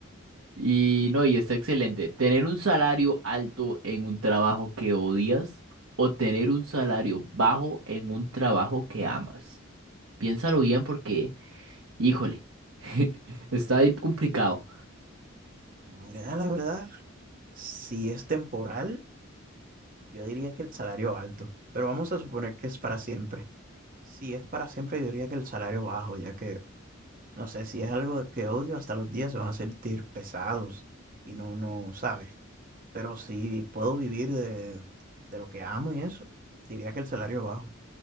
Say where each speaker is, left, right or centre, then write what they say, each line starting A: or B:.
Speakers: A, on the right (about 85°); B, on the right (about 40°).
A: Y no, y está excelente. Tener un salario alto en un trabajo que odias o tener un salario bajo en un trabajo que amas. Piénsalo bien porque, híjole, <laughs> está ahí complicado.
B: La verdad, la verdad, si es temporal, yo diría que el salario alto, pero vamos a suponer que es para siempre. Si es para siempre, yo diría que el salario bajo, ya que, no sé, si es algo que odio, hasta los días se van a sentir pesados y no, no, sabe. Pero si puedo vivir de, de lo que amo y eso, diría que el salario bajo.